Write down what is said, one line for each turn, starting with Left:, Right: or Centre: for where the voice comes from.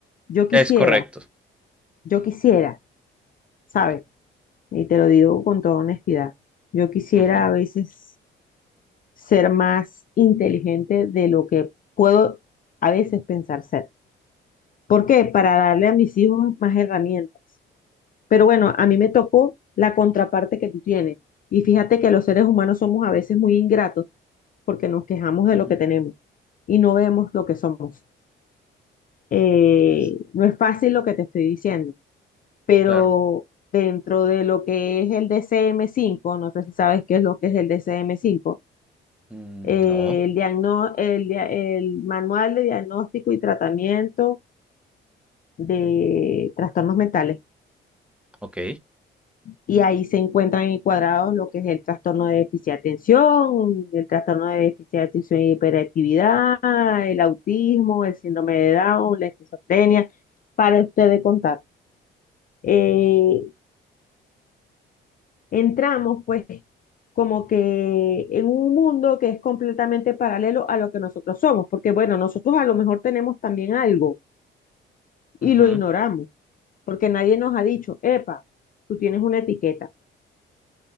Left: Yo quisiera,
Centre: Es correcto.
Left: yo quisiera, ¿sabes? Y te lo digo con toda honestidad, yo quisiera
Centre: Ujú,
Left: a veces ser más inteligente de lo que puedo a veces pensar ser. ¿Por qué? Para darle a mis hijos más herramientas. Pero bueno, a mí me tocó la contraparte que tú tienes. Y fíjate que los seres humanos somos a veces muy ingratos porque nos quejamos de
Centre: ujú.
Left: lo que tenemos y no vemos lo que somos. Eh,
Centre: Es-
Left: no es fácil lo que te estoy diciendo, pero
Centre: claro.
Left: dentro de lo que es el dcm cinco, no sé si sabes qué es lo que es el dcm cinco,
Centre: Mm,
Left: eh,
Centre: no,
Left: el, diagno- el dia- el Manual de Diagnóstico y Tratamiento de Trastornos Mentales.
Centre: ok.
Left: y ahí se encuentran encuadrados lo que es el trastorno de déficit de atención, el trastorno de déficit de atención y hiperactividad, el autismo, el síndrome de Down, la esquizofrenia, para ustedes contar. Eh, entramos pues como que en un mundo que es completamente paralelo a lo que nosotros somos, porque bueno, nosotros a lo mejor tenemos también algo y
Centre: Ujú.
Left: lo ignoramos, porque nadie nos ha dicho, epa, tú tienes una etiqueta.